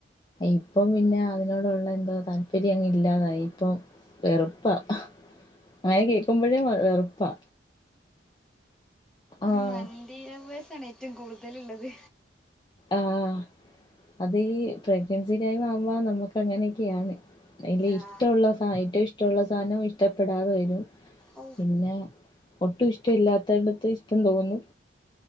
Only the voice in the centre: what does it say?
മന്തിലൗ‌വെയ്സണ് ഏറ്റവും കൂടുതല്ള്ളത്.
ആ
ഓ